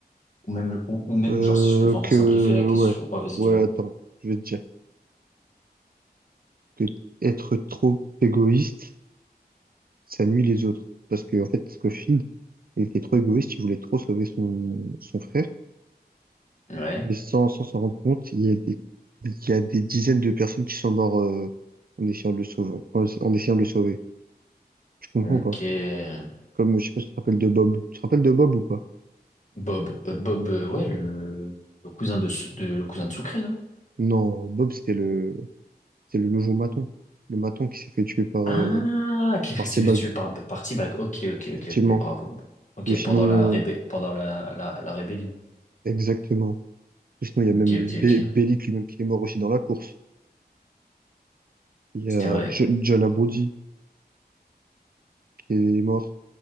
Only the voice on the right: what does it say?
Euh,
que,
ouais,
ouais,
attends, je vais te dire que être trop égoïste, ça nuit les autres. Parce que, en fait, Scofield, Il était trop égoïste, il voulait trop sauver son, son frère.
Mais sans, sans s'en rendre compte, il y a des, il y a des dizaines de personnes qui sont mortes euh, en essayant de le sauver, en, en essayant de le sauver. Tu comprends
ou pas? Comme, je sais pas si tu te rappelles de Bob. Tu te rappelles de Bob ou pas?
Non, Bob, c'était le, c'était le nouveau maton. Le maton qui s'est fait tuer par,
euh,
par T-Bug.
Effectivement.
Ou sinon,
exactement. Ou sinon, il y a
même Be-
Bellic lui-même qui est mort aussi dans la course. Il y a
Jo- John Abruzzese qui est mort.